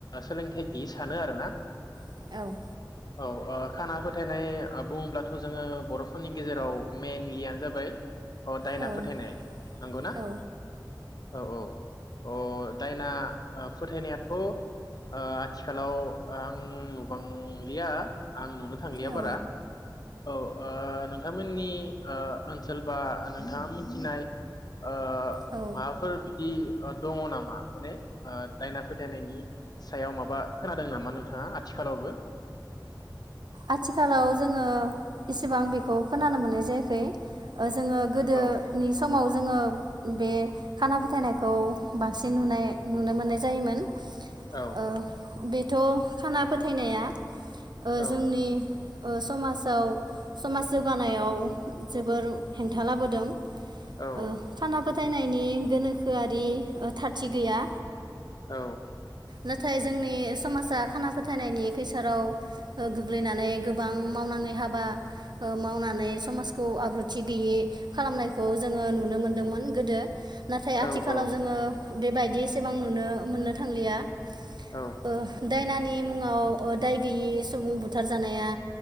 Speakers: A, on the left; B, on the right.
A: सोलोंथाइ गोयि सानो आरो ना।
B: औ
A: औ ओ खाना फोथायनाय बुङोब्लाथ' जोङो बर'फोरनि गेजेराव मेनलियानो जाबाय अ' दायना
B: औ
A: फोथायनाय, नोंगौ ना?
B: औ
A: औ औ। अ' दायना फोथायनायाथ' ओ आथिखालाव आं नु बांलिया आं नुनो थाल गैया
B: औ
A: बारा। औ, ओ नोंथांमोननि ओ ओनसोल बा नोंथाङा मिथिनाय ओ
B: औ
A: माबाफोर बिदि ओ दङ नामा? माने ओ दायना फोथायनायनि सायाव माबा खोनादों नामा नोंथाङा आ थिखालावबो?
B: आथिखालाव जोङो एसेबां बेखौ खोनानो मोननाय जायाखै। ओ जोङो गोदोनि
A: औ
B: समाव जोङो बे खाना फोथायनायखौ बांसिन नुनाय नुनो मोननाय जायोमोन।
A: औ
B: ओ बे थ' खाना फोथायनाया ओ
A: औ
B: जोंनि ओ समाजाव, समाज जौगानायाव जोबोर हेंथा लाबोदों।
A: औ
B: ओ खाना फो फोथायनायनि गोनोखोआरि ओ थारथि गैया।
A: औ।
B: नाथाय जोंनि समाजा खाना फोथायनायनि खैसाराव ओ गोग्लैनानै गोबां मावनाङै हाबा ओ मावनानै समाजखौ आब्रुथि गैयै खालामनायखौ जोङो नुनो मोनदोंमोन गोदो। नाथाय
A: औ
B: आथिखालाव
A: औ
B: जोङो बे बायदि एसेबां नुनो मोननो थांलिया। ओ
A: औ
B: दायनानि मुङाव ओ दाय गैयि सुबुं बुथार जानाया